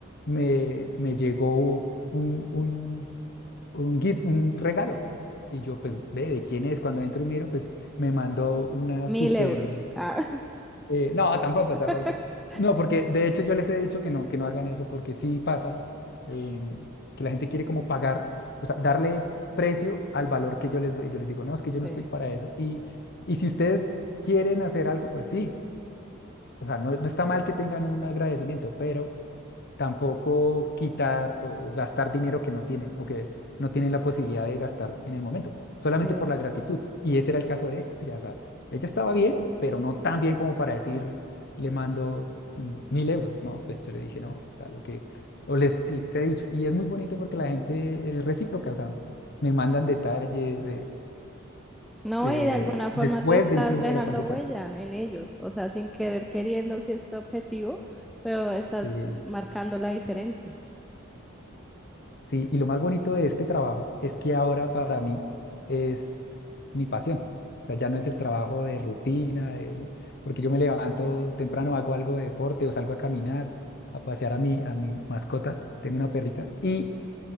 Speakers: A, on the left (about 50°); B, in the centre.
A: me, me llegó un, un, un gift, un regalo. Y yo pues ve de quién es. Cuando entro y miro, pues me mandó una
B: Mil
A: súper
B: euros. Ah.
A: eh, no, tampoco,
B: <laughs>
A: tampoco. No, porque de hecho yo les he dicho que no, que no hagan eso, porque sí pasa em, que la gente quiere como pagar, o sea, darle precio al valor que yo les doy. Yo les digo, no, es que yo
B: Sí,
A: no estoy para eso. Y, y si ustedes quieren hacer algo, pues sí, o sea, no, no está mal que tengan un agradecimiento, pero tampoco quitar o gastar dinero que no tienen o que no tienen la posibilidad de gastar en el momento, solamente
B: sí.
A: por la gratitud. Y ese era el caso de ella. O sea, ella estaba bien, pero no tan bien como para decir, le mando mm, mil euros. No, pues yo le dije, no, o sea, lo que, o les, les he dicho. Y es muy bonito porque la gente es recíproca, o sea, me mandan detalles eh,
B: No,
A: eh,
B: y de alguna forma
A: después
B: tú estás
A: de incluso
B: dejando
A: de la consulta.
B: huella en ellos, o sea, sin querer queriendo, si es tu objetivo, pero estás
A: Sí.
B: marcando la diferencia.
A: Sí, y lo más bonito de este trabajo es que ahora para mí es mi pasión. O sea, ya no es el trabajo de rutina, de- porque yo me levanto temprano, hago algo de deporte o salgo a caminar, a pasear a mi, a mi mascota. Tengo una perrita y